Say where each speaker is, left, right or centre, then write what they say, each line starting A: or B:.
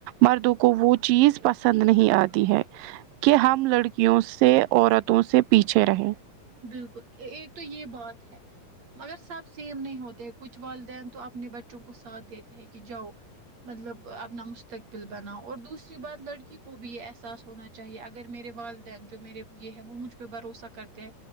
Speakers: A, on the right (about 80°); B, on the right (about 45°).
A: مردوں کو وہ چیز پسند نہیں آتی ہے کہ ہم لڑکیوں سے عورتوں سے پیچھے رہیں
B: بالکل ایک تو یہ بات ہے مگر سب سیم نہیں ہوتے ہیں کچھ والدین تو اپنے بچوں کو ساتھ دیتے ہیں کہ جاؤ مطلب اپنا مستقبل بنا اور دوسری بات لڑکی کو بھی یہ احساس ہونا چاہیے اگر میرے والدین جو میرے یہ ہے وہ مجھ پہ بھروسہ کرتے ہیں